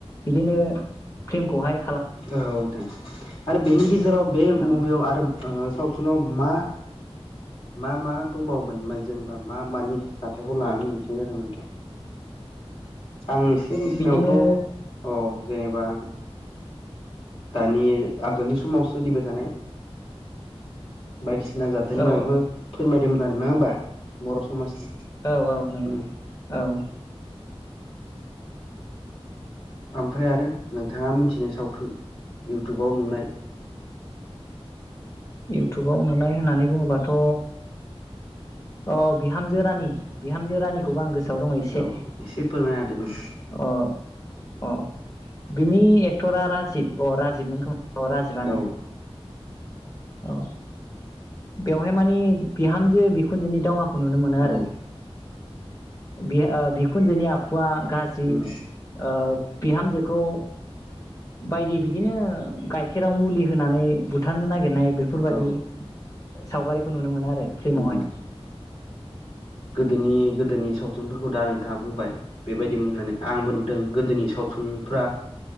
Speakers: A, on the left (about 30°); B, on the left (about 70°).
A: बिदिनो फिलमखौहाय
B: औ नोंथां आरो बेनि गेजेराव बे
A: औ
B: मुभियाव आरो ओ सावथुनाव मा मा मा दंबावोमोन जेनेबा मा मानि जाथायखौ लानानै मिथिनाय जादों नोंथां आं नोंसोरनिथिनायावथ'
A: बिदिनो
B: औ जेनेबा दानि आगोलनि समावसोलिबाय थानाय बायदि नांजाथथायनि
A: औ
B: बागैबो
A: औ
B: फोरमायदोंमोन आरोना होमबा बर' समाजनि
A: औ औ नंगौ
B: उम
A: औ
B: <unintelligible> ओमफ्राय आरो नोंथाङा मिथिनाय सावथुन इउटुबाव नुनाय
A: इउटुबाव नुनाय होननानै बुङोबाथ' अ बिहामजो रानि बिहामजो रानिखौबो आं गोसो द एसे
B: औ एसे फोरमायना होदो नोंथां
A: ओ ओ बिनि एक्टरा राज अ राजिब मोन अ राजिबा ने?
B: औ
A: औ बेवहाय माने बिहामजो बिखुनजोनि दावहा खौ नुनो मोनो
B: औ
A: आरो बि ओ बिखुनजोनि आखु वा गाज्रि
B: उम
A: ओ बिहामजोखौ बायदि बिदिनो गाइखेराव मुलि होनानै बुथारनो नाग गिरनाय बेफोरबादि
B: औ
A: सावगारिखौ नुनो मोनो आ रो फिलिमावहाय
B: उम गोदोनि गोदोनि सावथुनफोरखौ दा नोंथाङा बुंबाय बेबायदिमोन होननानै आंबो नुदों गोदोनि सावथुनफ्रा